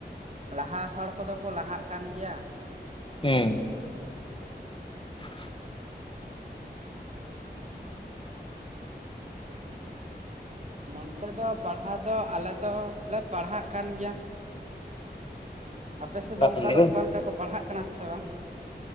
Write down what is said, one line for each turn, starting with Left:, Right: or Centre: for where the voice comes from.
Right: ᱞᱟᱦᱟᱜ ᱦᱚᱲ ᱠᱚᱫᱚ ᱠᱚ ᱞᱟᱦᱟᱜ ᱠᱟᱱ ᱜᱮᱭᱟ᱾
Left: ᱦᱮ <inaudible>
Right: ᱱᱚᱱᱛᱮ ᱫᱚ ᱯᱟᱲᱦᱟᱣ ᱫᱚ ᱟᱞᱮ ᱫᱚᱞᱮ ᱯᱟᱲᱦᱟᱜ ᱠᱟᱱ ᱜᱮᱭᱟ᱾ ᱟᱯᱮ ᱥᱮᱫ
Left: ᱯᱟᱲᱦᱟᱜ
Right: ᱫᱚ ᱚᱱᱠᱟ
Left: ᱠᱟᱱ ᱜᱮᱭᱟ
Right: ᱫᱚ
Left: ᱵᱟᱝ?
Right: ᱚᱠᱟᱞᱮᱠᱟ ᱠᱚ ᱯᱟᱲᱦᱟᱜ ᱠᱟᱱᱟ ᱥᱮ ᱵᱟᱝ?